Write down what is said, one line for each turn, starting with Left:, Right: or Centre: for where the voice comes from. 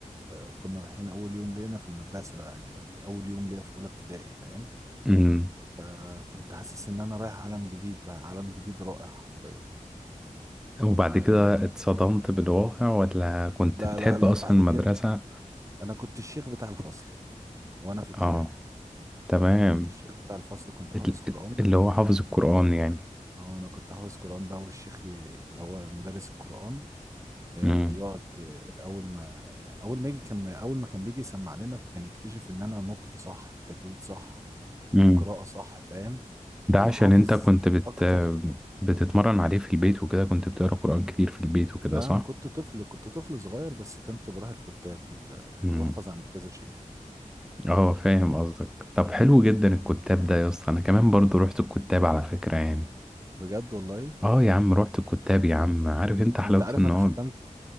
Right: وكنا رايحين اول يوم لينا في المدرسه بقى يعني اول يوم ليا في اولى ابتدائي فاهم
Centre: مم.
Right: فكنت حاسس ان انا رايح عالم جديد بقى عالم جديد رائع حرفيا
Centre: وبعد
Right: أه...
Centre: كده اتصدمت بالواقع ولا كنت
Right: لا
Centre: بتحب
Right: لا لا
Centre: أصلا
Right: بعد
Centre: المدرسة؟
Right: كده انا كنت الشيخ بتاع الفصل وانا في ابتدائي
Centre: آه تمام
Right: كنت الشيخ بتاع الفصل كنت
Centre: ال-
Right: حافظ قرآن
Centre: اللي هو حافظ القرآن يعني
Right: آه، انا كنت حافظ قرآن بقى والشيخ ي- اللي هو مدرس القرآن آه،
Centre: امم
Right: يقعد آه، اول ما يعني اول ما يجي كان اول ما كان بيجي يسمع لنا فكان يكتشف ان انا نطقي صح التجويد صح
Centre: امم
Right: القراءة صح فاهم
Centre: ده
Right: وحافظ
Centre: عشان انت كنت بت
Right: اكتر
Centre: بتتمرن عليه في البيت وكده كنت بتقرا قرآن كتير في البيت وكده
Right: لا
Centre: صح؟
Right: انا كنت طفل كنت طفل صغير بس كنت بروح الكتاب كنت كنت
Centre: امم
Right: بحفظ عند كذا شيخ
Centre: اه فاهم قصدك طب حلو جدا الكتاب ده يا اسطى انا كمان برضو رحت الكتاب على فكرة يعني
Right: بجد والله
Centre: اه يا عم رحت الكتاب يا عم عارف انت حلاوته
Right: انت عارف
Centre: ان
Right: انا
Centre: هو
Right: ختمت